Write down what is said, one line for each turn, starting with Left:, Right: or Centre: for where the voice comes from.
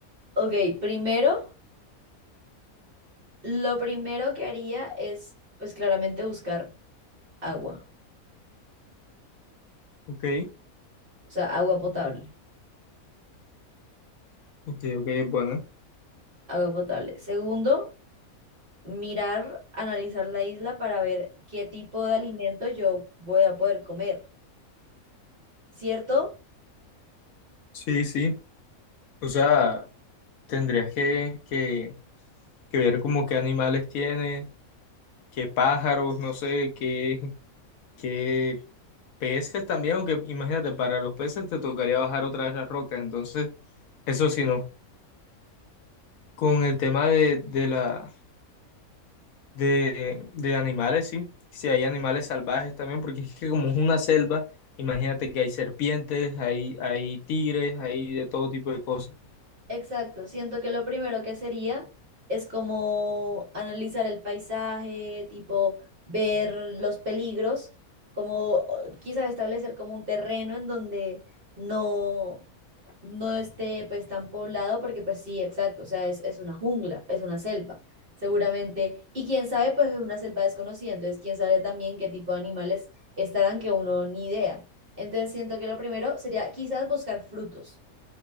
Right: Ok, primero, lo primero que haría es, pues claramente buscar agua,
Left: Ok,
Right: o sea, agua potable,
Left: ok, ok, bueno.
Right: agua potable. Segundo, mirar, analizar la isla para ver qué tipo de alimento yo voy a poder comer, ¿cierto?
Left: Sí, sí. O sea, tendrías que, que, que ver como qué animales tiene, qué pájaros, no sé, qué, qué peces también, aunque imagínate, para los peces te tocaría bajar otra vez las rocas, entonces, eso sí no. Con el tema de, de la De, de animales, sí. Si hay animales salvajes también, porque es que como es una selva, imagínate que hay serpientes, hay, hay tigres, hay de todo tipo de cosas.
Right: Exacto, siento que lo primero que sería es como analizar el paisaje, tipo ver los peligros, como quizás establecer como un terreno en donde no, no esté pues tan poblado, porque pues sí, exacto, o sea, es, es una jungla, es una selva, seguramente, y quién sabe, pues es una selva desconocida, entonces quién sabe también qué tipo de animales estarán que uno ni idea. Entonces siento que lo primero sería quizás buscar frutos